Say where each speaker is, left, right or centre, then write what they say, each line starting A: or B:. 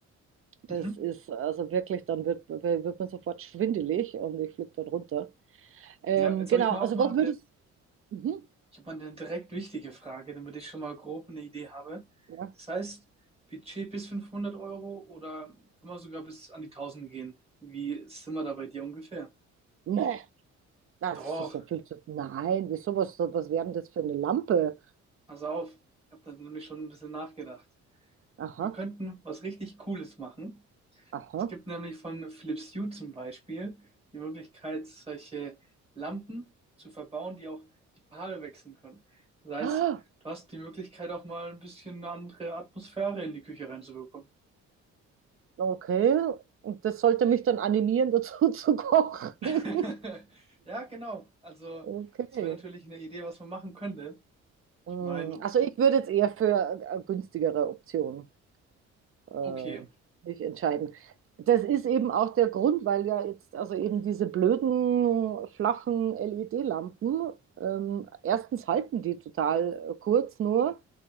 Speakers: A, on the right; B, on the right.
A: das
B: mhm.
A: ist also wirklich, dann wird, wird man sofort schwindelig und ich fliege dann runter. Ähm,
B: Ja, jetzt
A: genau,
B: habe ich mal
A: also
B: auch mal,
A: was würdest
B: de-
A: du. Mhm.
B: ich habe mal eine direkt wichtige Frage, damit ich schon mal grob eine Idee habe.
A: Ja.
B: Das heißt, Budget bis 500 Euro oder können wir sogar bis an die 1000 gehen? Wie sind wir da bei dir ungefähr?
A: Nee, na,
B: Doch,
A: das ist ja viel zu. Nein, wieso was, was wäre denn das für eine Lampe?
B: pass auf, ich habe da nämlich schon ein bisschen nachgedacht.
A: Aha,
B: Wir könnten was richtig Cooles machen.
A: aha.
B: Es gibt nämlich von Philips Hue zum Beispiel die Möglichkeit, solche Lampen zu verbauen, die auch die Paare wechseln können. Das heißt,
A: <gasps>
B: du hast die Möglichkeit, auch mal ein bisschen eine andere Atmosphäre in die Küche reinzubekommen.
A: Okay, und das sollte mich dann animieren, <laughs> dazu zu kochen.
B: <laughs>
A: <laughs>
B: Ja, genau. Also,
A: Okay.
B: das wäre natürlich eine Idee, was man machen könnte.
A: Mm,
B: Ich meine,
A: Also ich würde jetzt eher für eine günstigere Option äh,
B: okay.
A: mich entscheiden. Das ist eben auch der Grund, weil ja jetzt also eben diese blöden, flachen LED-Lampen, ähm, erstens halten die total äh, kurz nur.